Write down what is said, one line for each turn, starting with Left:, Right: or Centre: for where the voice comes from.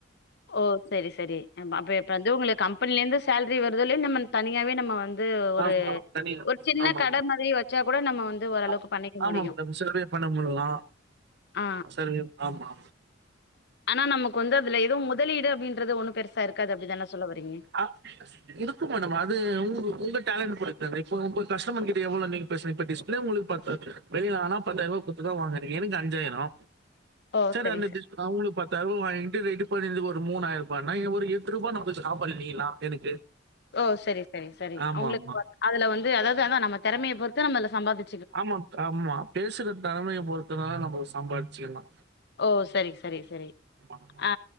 Left: ஓ செரி செரி அப்ப இப்ப வந்து உங்ளுக்கு கம்பெனில இந்து ஸேல்ரி வர்தோ இல்லயோ நம்ம தனியாவே நம்ம வந் து ஒரு
Right: ஆமா. தனியா
Left: ஒரு சின்ன
Right: ஆமா.
Left: கட மாதிரி வச்சா கூட நம்ம வந்து ஓரளவுக்கு
Right: ஆ
Left: பண்ணிக்க
Right: ஆமா
Left: முடியு
Right: மேடம். சர்வே பண்ண முட்லா
Left: ஆ
Right: செரி ஆமா
Left: அனா நமக்கு வந்து அதுல எதுவு முதலீடு அப்டின்றது ஒண்ணு பெருசா இருக்காது அப்டி தான சொல்ல வரீங்க
Right: ஆ இருக்கு மேடம் நம்ம அது உங்க உங்க டேலன்ட் பொறுத்து இப்போ உங்க கஸ்டமர் கிட்ட எவ்ளோ இன்னிக்கு பேஸ் இப்ப டிஸ்ப்ளே உங்களுக் பத்து வெளிலா அனா பத்தாயிர ருவா குட்த்துதா வாங்றீங்க எனக்கு அஞ்சாயிரோ
Left: ஓ
Right: செரி
Left: சரி
Right: அந்த
Left: சரி
Right: டிஸ் அவுங்களு பத்தாயிர ருவா வாங்கிட்டு ரெடி பண்ணிதுக்கு ஒரு மூணாயிர ருபா நா ஒரு எட் ருபா நமக்கு இப்ப லாபோ இல்லிங்ளா எனக்கு
Left: ஓ செரி செரி செரி
Right: ஆமாமா.
Left: அவுங்ளுக்கு அதுல வந்து அதாவது அனா நம்ம தெறமைய பொறுத்து நம்ம அதுல சம்பாதி
Right: ஆமா ஆமா பேசுற தெறமைய பொறுத்துதா நம்ம சம்பாத்ச்சுக்லா
Left: ஓ செரி செரி செரி
Right: ஆமா.
Left: ஆ